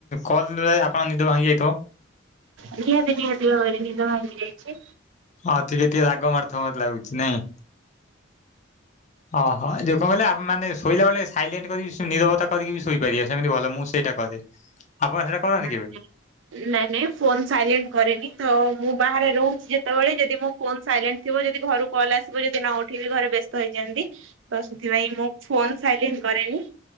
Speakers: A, on the left; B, on the right.
A: କଲ୍ ରେ ଆପଣ ନିଦ ଭାଙ୍ଗି ଯାଇଥିବ?
B: ନିହାତି ନିହାତି ଭାବରେ ନିଦ ଭାଙ୍ଗି ଯାଇଛି।
A: ହଁ ଟିକେ ଟିକେ ରାଗ ମାଡ଼ୁଥବ ମତେ ଲାଗୁଚି ନାଇଁ? ଅହ ଯୋଉ କଁ କହିଲେ ଆ ମାନେ ଶୋଇଲା ବେଳେ ସାଇଲେଣ୍ଟ୍ କରିକି ସେ ନିରବତା କରିକି ବି ଶୋଇ ପାରିବେ ସେମିତି ଭଲ ମୁଁ ସେଇଟା କରେ। ଆପଣ ସେଇଟା କରନ୍ତି
B: ନାଇଁ
A: କେବେ?
B: ନାଇଁ ନାଇଁ ନାଇଁ ଫୋନ୍ ସାଇଲେଣ୍ଟ୍ କରେନି ତ ମୁଁ ବାହାରେ ରହୁଚି ଯେ ତୋଅଳେ ଯଦି ମୋ ଫୋନ୍ ସାଇଲେଣ୍ଟ୍ ଥିବ ଯଦି ଘରୁ କଲ୍ ଆସିବ ଯଦି ନ ଉଠେଇଲି ଘରେ ବ୍ୟସ୍ତ ହେଇଯାଆନ୍ତି। ତ ସେଥିପାଇଁ ମୁଁ ଫୋନୂ ସାଇଲେଣ୍ଟ୍ କରେନି।